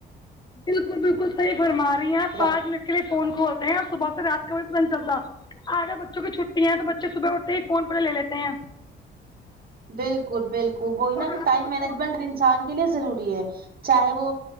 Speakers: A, on the left; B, on the right.
A: بالکل بالکل صحی فرما رہی ہیں آپ
B: جاتا
A: پانچ
B: ہے
A: منٹ کے لیے فون کھولتے ہیں اور صبح سے رات کو میں نہیں چلتا اگر بچوں کی چھٹی ہیں تو بچے صبح اٹتے ہی فون پہلے لے لیتے ہیں
B: بالکل بالکل وہی
A: اور
B: ن
A: رات
B: کہ ٹائم
A: کو چھوڑتے
B: مینجمنٹ
A: ہیں
B: انسان کے لیے ضروری ہے چاہے وہ